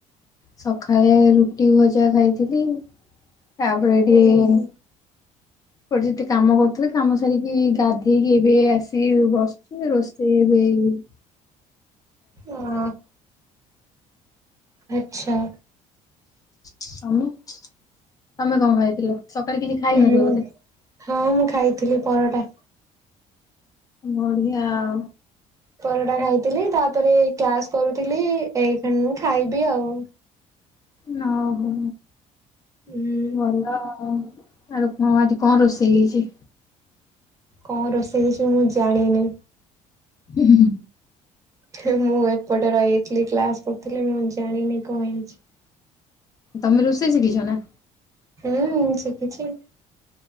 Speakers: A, on the left; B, on the right.
A: ସଖାଳେ ରୁଟି ଭଜା ଖାଇଥିଲି। ତାପରେ ଟିକେ
B: ହୁଁ ହୁଁ
A: ଗୋଟେ ଯେତେ କାମ କରୁଥିଲେ କାମ ସାରିକି ଗାଧେଇକି ଏବେ ଆସ ସି ବସଛି, ରୋଷେଇ ହେଇନି।
B: ଅଁ, ଆଚ୍ଛା।
A: ତୋମେ ତୋମେ କଣ ଖାଇଥିଲ? ସକାଳେ କିଛି ଖାଇନଥିଲ
B: ହୁଁ।
A: ବୋଧେ?
B: ହଁ ମୁଁ ଖାଇଥିଲି ପରଟା।
A: ବଢିଆ ଆଉ।
B: ପରଟା ଖାଇଥିଲି। ତାପରେ କ୍ଲାସ୍ କରୁଥିଲି। ଏଇଖିଣ ମୁଁ ଖାଇବି ଆଉ।
A: ନ ହଉ
B: ହୁଁ
A: ଭଲ ଆରୁ କଣ ଆଜି କଣ ରୋଷେଇ ହେଇଛି?
B: କଣ ରୋଷେଇ ହେଇଛି ମୁଁ ଜାଣିନି।
A: ହୁଁ, ହୁଁ, ହୁଁ।
B: ହେ ମୁଁ ଏପଟେ ରହିଥିଲି କ୍ଲାସ୍ କରୁଥିଲି ମୁଁ ଜାଣିନି କଣ ହେଇଛି।
A: ତୋମେ ରୋଷେଇ ଶିଖିଛ ନା?
B: ହୁଁ, ମୁଁ ଶିଖିଛି।